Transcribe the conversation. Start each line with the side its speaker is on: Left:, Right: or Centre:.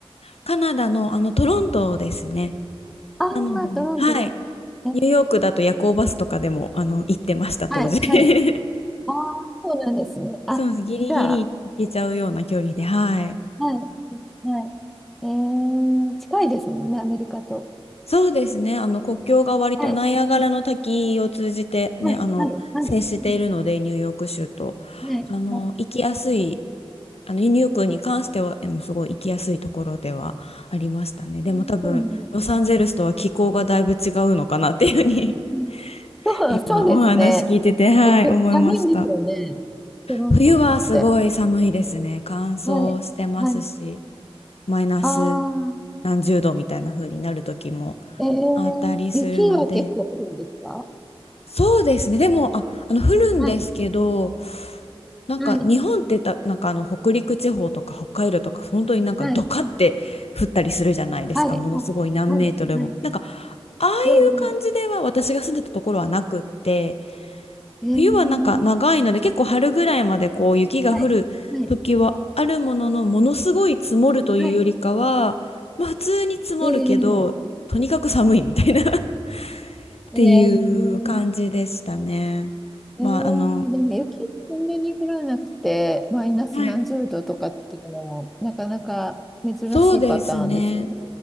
Left: カナダのあのトロントですね。
Centre: ああ、
Left: なので、
Centre: トロントですね。
Left: はい。
Centre: え
Left: ニューヨークだと夜行バスとかでもあの行ってました、当時。
Centre: はい。
Left: <laughs>
Centre: はい。ああ、そうなんですね。あ、
Left: そうです。ギリギリ行けちゃうような距離で、
Centre: じゃあ、
Left: はい。
Centre: はい。はい。えー、近いですもんね、アメリカと。
Left: そうですね。あの国境が割とナイアガラの滝を通じてね、
Centre: はい。はい。はい。
Left: あの接しているので、
Centre: はい。はい。はい。
Left: ニューヨーク州と。
Centre: はいはい
Left: あの行きやすい、あのニューヨークに関しては、あのすごい行きやすいところではありましたね。でも多分、
Centre: うんそうなんですね。
Left: ロサンゼルスとは気候がだいぶ違うのかなっていうふうに
Centre: うん
Left: <laughs>
Centre: そう、
Left: 今お話聞いてて、
Centre: そうですね。
Left: はい、
Centre: 結構寒いんですよね。
Left: 思いました。
Centre: トロントって。
Left: 冬はすごい寒いですね。乾燥してますし、
Centre: はい。はい。
Left: マイナス
Centre: ああ、
Left: 何十度みたいな風になる時も
Centre: えー、
Left: あったりするので。
Centre: 雪は結構降るんですか
Left: そうですね。でも、あ、あの、降るんですけど、
Centre: はい。
Left: なんか日本ってた、
Centre: はい。
Left: なんかあの北陸地方とか北海道とか本当になんかドカって降ったりするじゃないですか。
Centre: はい。はい。
Left: ものすごい何メートルも。
Centre: はい。はい。はい。
Left: なんかああいう感じでは私が住んでたところはなくって、
Centre: えー、えー、
Left: 冬はなんか長いので結構春ぐらいまでこう雪が降る時はあるものの、
Centre: はい。はい。
Left: ものすごい積もるというよりかは、
Centre: はい。
Left: まあ普通に積もるけど、
Centre: えー、
Left: とにかく寒いみたいなっていう感じでしたね。
Centre: えー、えー、
Left: まあ、あの、
Centre: でも雪そんなに降らなくて、マイナス何十度とかっていうのも、
Left: はい。
Centre: なかなか珍しいパターンですよね。
Left: そうですね。